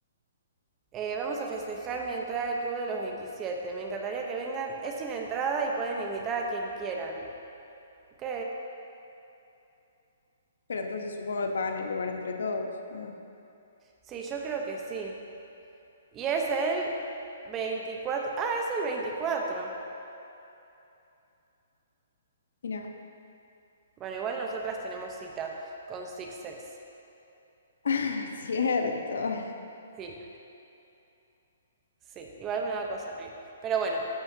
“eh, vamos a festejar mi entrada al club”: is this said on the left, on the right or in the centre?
Right